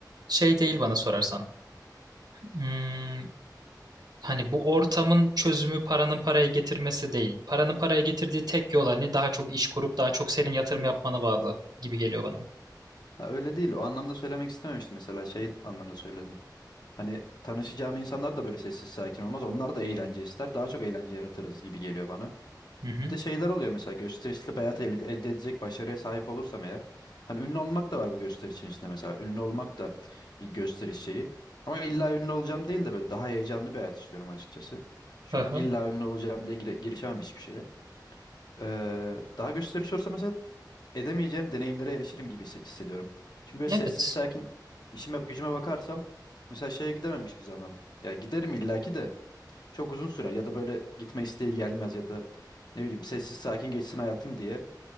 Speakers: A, on the right (about 65°); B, on the left (about 65°).
A: şey değil bana sorarsan. Hmm, hani bu ortamın çözümü paranın paraya getirmesi değil. Paranın paraya getirdiği tek yol hani daha çok iş kurup daha çok senin yatırım yapmana bağlı gibi geliyor bana.
B: Ha, öyle değil. O anlamda söylemek istememiştim. Mesela şey anlamda söyledim. Hani tanışacağım insanlar da böyle sessiz sakin olmaz. Onlar da eğlence ister. Daha çok eğlence yaratırız gibi geliyor bana.
A: Hı hı.
B: Bir de şeyler oluyor mesela gösterişli bir hayat el- elde edecek başarıya sahip olursam eğer. Hani ünlü olmak da var bu gösterişin içinde mesela. Ünlü olmak da bir gösteriş şeyi. Ama illa ünlü olacağım değil de böyle daha heyecanlı bir hayat istiyorum açıkçası. Çünkü
A: Aha.
B: illa ünlü olacağım diye gire- girişemem hiçbir şeye. Ee, daha gösteriş olursa mesela edemeyeceğim deneyimlere erişirim gibi hisse- hissediyorum. Çünkü böyle
A: Evet.
B: sessiz sakin işime gücüme bakarsam mesela şeye gidemem hiçbir zaman. Ya giderim illaki de çok uzun sürer ya da böyle gitme isteği gelmez ya da ne bileyim sessiz sakin geçsin hayatım diye